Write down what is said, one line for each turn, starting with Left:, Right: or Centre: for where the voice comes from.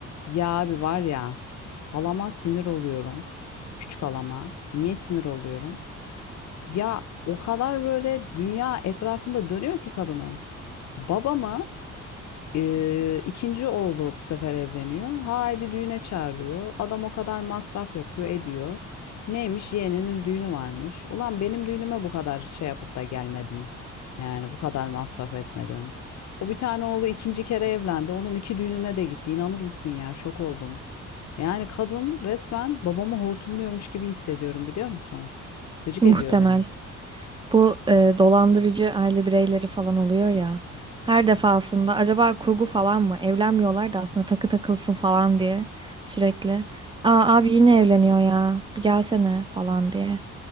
Left: Ya abi var ya halama sinir oluyorum. Küçük halama. Niye sinir oluyorum? Ya o kadar böyle dünya etrafında dönüyor ki kadının. Babamı e, ikinci oğlu bu sefer evleniyor. Haydi düğüne çağırıyor. Adam o kadar masraf yapıyor ediyor. Neymiş yeğeninin düğünü varmış. Ulan benim düğünüme bu kadar şey yapıp da gelmedin. Yani bu kadar masraf etmedin. O bir tane oğlu ikinci kere evlendi. Onun iki düğününe de gitti. İnanır mısın ya? Şok oldum. Yani kadın resmen babamı hortumluyormuş gibi hissediyorum biliyor musun? Gıcık
Right: Muhtemel.
Left: ediyor beni.
Right: Bu e, dolandırıcı aile bireyleri falan oluyor ya. Her defasında acaba kurgu falan mı? Evlenmiyorlar da aslında takı takılsın falan diye sürekli. Aa abi yine evleniyor ya. Bir gelsene falan diye.